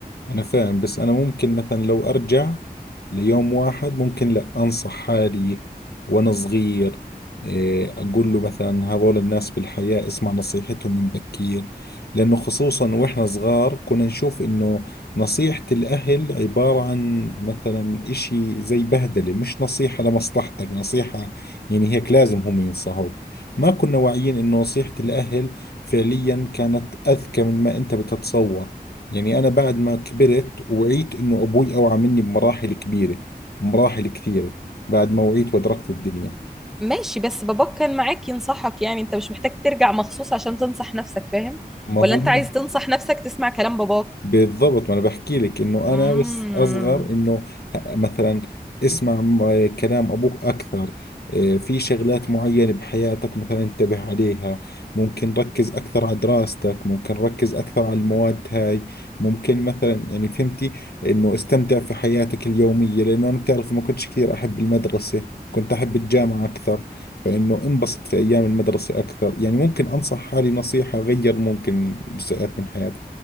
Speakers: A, on the left (about 70°); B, in the centre.
A: أنا فاهم بس أنا ممكن مثلا لو أرجع ليوم واحد ممكن لا أنصح حالي وأنا صغير إيه، أقول له مثلا هذول الناس بالحياة اسمع نصيحتهم من بكير لأنه خصوصا وإحنا صغار كنا نشوف إنه نصيحة الأهل عبارة عن مثلا إشي زي بهدلة مش نصيحة لمصلحتك نصيحة يعني هيك لازم هم ينصحوك ما كنا واعيين إنه نصيحة الأهل فعليا كانت أذكى من ما أنت بتتصور يعني أنا بعد ما كبرت وعيت إنه أبوي أوعى مني بمراحل كبيرة بمراحل كثيرة بعد ما وعيت وأدركت الدنيا
B: ماشي بس باباك كان معاك ينصحك يعني انت مش محتاج ترجع مخصوص عشان تنصح نفسك فاهم
A: فما
B: ولا
A: هو
B: انت عايز تنصح نفسك تسمع كلام باباك
A: بالضبط ما انا بحكي لك انه
B: امم
A: انا بس اصغر انه ه- مثلا اسمع م- كلام ابوك اكثر إيه، في شغلات معينة بحياتك مثلا انتبه عليها ممكن ركز اكثر على دراستك ممكن ركز اكثر على المواد هاي ممكن مثلا يعني فهمتي انه استمتع في حياتك اليومية لانه انا بتعرفي ما كنتش كثير احب المدرسة كنت احب الجامعة اكثر فانه انبسط في ايام المدرسة اكثر يعني ممكن انصح حالي نصيحة غير ممكن جزئيات من حياتي